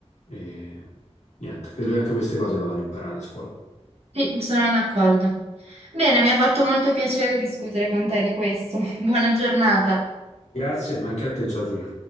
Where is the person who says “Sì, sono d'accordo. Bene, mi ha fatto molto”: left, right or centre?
Right